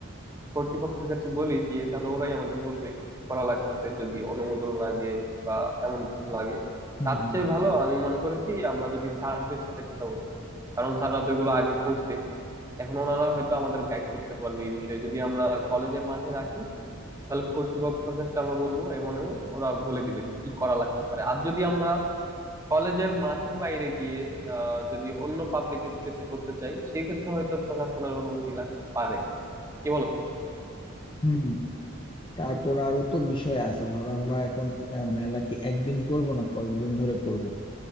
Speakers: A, on the right; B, on the left.
A: কর্তৃপক্ষের কাছে বলি গিয়ে তাহলে ওরাই আমাদের বলবে কি কি করা লাগতেছে যদি অনুমোদন লাগে বা এমন কিছু লাগে
B: হুম
A: তার চেয়ে ভালো আমি মনে করি কি আমরা যদি স্যারদের সাথে কথা বলি কারণ স্যাররা তো এগুলো আগে করছে এখন ওনারা হয়তো আমাদের গাইড করতে পারবে এই বিষয়ে যদি আমরা কলেজের মাঠে রাখি তাহলে কর্তৃপক্ষের কাছে আমরা বলবো এমন এমন ওরা বলে দিবে যে কি করা লাগতে পারে আর যদি আমরা কলেজের মাঠের বাইরে গিয়ে আহ যদি অন্য পাবলিক স্পেসে করতে চাই সেক্ষেত্রে হয়তো প্রশাসনের অনুমতি লাগতে পারে কি বলো তুমি
B: হুম তারপর আরো তো বিষয় আছে ধরো আমরা এখন আহ, মেলা কি একদিন করব না কয়েকদিন ধরে করব